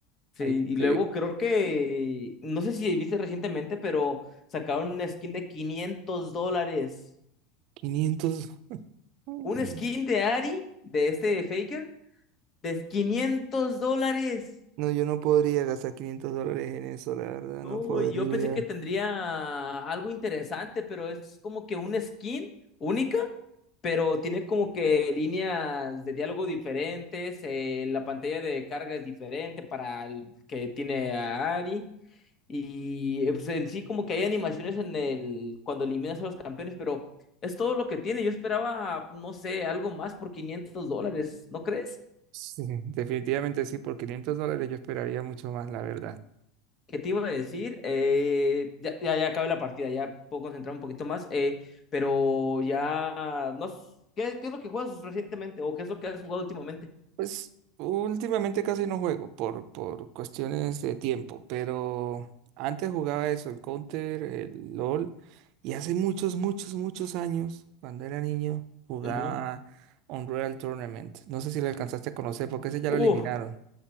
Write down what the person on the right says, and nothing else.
Hay
gente,
quinientos Mm.
No, yo no podría gastar 500 dólares en eso, la verdad,
no podría.
sí, definitivamente sí, por 500 dólares yo esperaría mucho más, la verdad.
Pues últimamente casi no juego por, por cuestiones de tiempo, pero antes jugaba eso, el Counter, el LOL, y hace muchos, muchos, muchos años, cuando era niño, jugaba
Unreal Tournament. No sé si lo alcanzaste a conocer, porque ese ya
lo eliminaron.